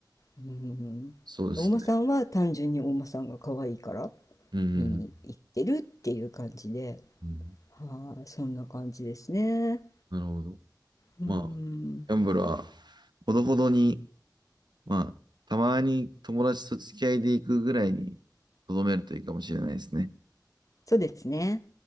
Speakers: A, on the left; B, on the right.
A: うん、
B: そうですね。
A: お馬さんは単純にお馬さんが可愛いから
B: うん。
A: 見に行ってるっていう感じで、
B: うん、
A: はい、そんな感じですね。
B: なるほど。
A: うん、
B: まあ、ギャンブルは、ほどほどに、まあ、たまに友達と付き合いでいくぐらいに、とどめるといいかもしれないですね。
A: そうですね。